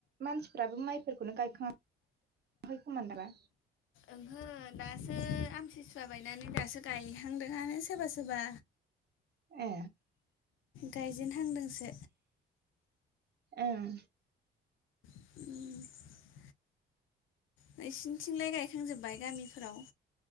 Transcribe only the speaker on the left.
ओंहो दासो आमतिसुवा बायनानै दासो गायहांदोंआनो सोबा सोबा
गायजेनहांदोंसो
उम नोंसिनिथिंलाय गायखांजोबबाय गामिफोराव